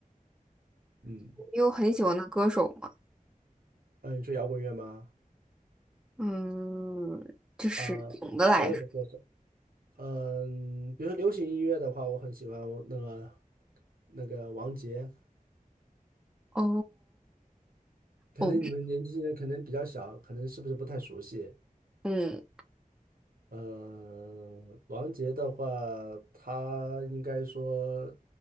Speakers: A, on the right (about 85°); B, in the centre.
A: 嗯，
B: 你有很喜欢的歌手吗？
A: 嗯，你说摇滚乐吗？
B: 嗯，就是总的来说，
A: 啊、所有的歌手，嗯、比如说流行音乐的话，我很喜欢那个那个王杰，
B: 哦，
A: 可能你们年轻人可能比较小，
B: 哦
A: 可能是不是不太熟悉？
B: 嗯，
A: 呃，王杰的话，他应该说